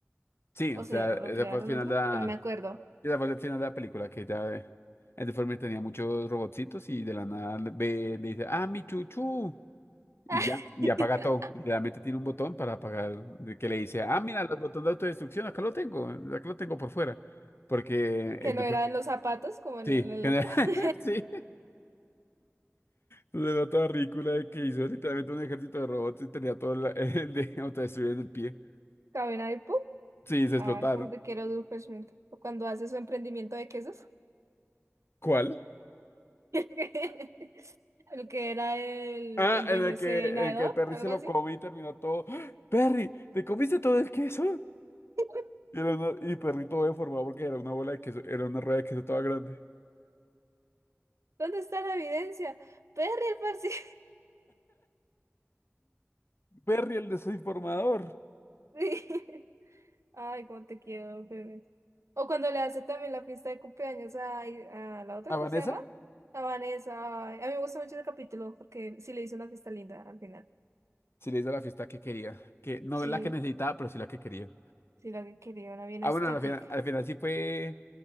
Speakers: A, on the left; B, on the right.
A: Sí, o
B: O
A: sea,
B: se, o
A: ese
B: lo crearon
A: fue el final
B: otro,
A: de la,
B: que no me acuerdo.
A: ese fue el final de la película, que ya eh, el deforme tenía muchos robotcitos y de la nada le- ve, le dice, ah, mi chuchu, y
B: <laughs>
A: ya, y apaga todo. Y Realmente tiene un botón para apagar, de que le dice, ah, mira, los botones de autodestrucción, acá lo tengo, acá lo tengo por fuera. Porque
B: Que
A: el
B: no
A: deforme-
B: era en los zapatos, como en
A: sí,
B: el, en el
A: <laughs>
B: otro. <laughs>
A: sí, se da toda ridícula de que hizo literalmente un ejército de robots y tenía todo la- <laughs> el de autodestruir en el pie.
B: Cabina y ¡pum!
A: Sí, se
B: Ay,
A: explotaron.
B: cómo te quiero, Doofenshmirtz. O cuando hace su emprendimiento de quesos.
A: ¿Cuál?
B: <laughs> El que el que era el
A: Ah,
B: envejecedor,
A: en el que, en el que Perry
B: algo
A: se lo
B: así.
A: comió y terminó todo. ¡Ah! ¡Perry! ¿Te comiste todo el queso? Y,
B: <laughs>
A: era una- y Perry todo deformado porque era una bola de queso, era una rueda de queso toda grande.
B: ¿Dónde está la evidencia? Perry, el parcial.
A: Perry, el desinformador.
B: Sí. <laughs> Ay, cómo te quiero, bebé. O cuando le hace también la fiesta de cumpleaños a, a la otra,
A: A
B: ¿cómo
A: Vanessa
B: se llama? A Vanessa. Ay, a mí me gusta mucho ese capítulo porque sí le hizo una fiesta linda al final.
A: sí le hizo la fiesta que quería. Que no
B: Sí,
A: es la que necesitaba, pero sí la que quería.
B: sí, la que quería, una bien
A: Ah,
B: estética.
A: bueno, al final, al final sí fue,